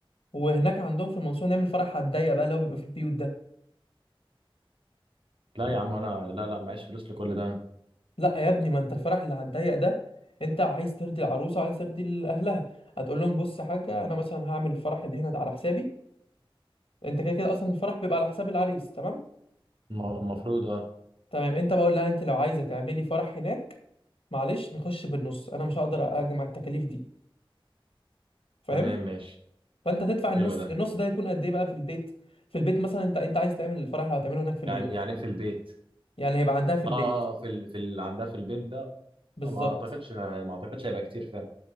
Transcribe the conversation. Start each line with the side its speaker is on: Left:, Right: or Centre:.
Left: وهناك عندهم في المنصوره نعمل فرح هتضيق بقى اللي هو بيبقى في البيوت ده
Right: لا يا عم أنا لا لا معيش فلوس لكل ده أنا
Left: لا يا ابني ما انت الفرح اللي هتضيق ده انت عايز ترضي العروسه وعايز ترضي ال- اهلها هتقول لهم بص يا حاجه انا مثلا هعمل الفرح اللي هنا ده على حسابي انت كده كده اصلا الفرح بيبقى على حساب العريس تمام
Right: الم- المفروض أه
Left: تمام انت بقول لها انت لو عايزه تعملي فرح هناك معلش نخش بالنص انا مش هقدر اجمع التكاليف دي فاهم
Right: تمام ماشي
Left: فانت تدفع
Right: حلو
Left: النص
Right: ده
Left: النص ده هيكون قد ايه بقى في البيت في البيت مثلا انت انت عايز تعمل الفرح لو هتعمله هناك في
Right: يعني
Left: البيت
Right: يعني إيه في البيت
Left: يعني هيبقى عندها في البيت
Right: أه آه، في ال... في اللي عندها في البيت ده
Left: بالظبط
Right: ما أعتقدش ما أعتقدش هيبقى كتير فاهم